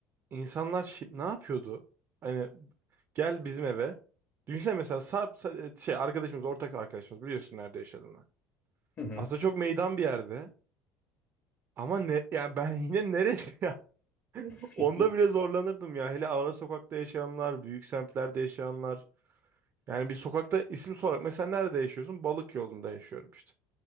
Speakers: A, on the right; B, on the left.
A: insanlar şi- ne yapıyordu? Hani gel bizim eve. Düşünsene mesela Sarp Sa- e, şey arkadaşımız ortak arkadaşımız biliyorsun nerede yaşadığını.
B: Hı hı.
A: Aslında çok meydan bir yerde. Ama ne yani ben yine neresi <laughs>
B: <laughs>
A: Onda bile zorlanırdım ya. Hele ara sokakta yaşayanlar, büyük semtlerde yaşayanlar. Yani bir sokakta isim sorarak mesela nerede yaşıyorsun? Balık yolunda yaşıyorum işte.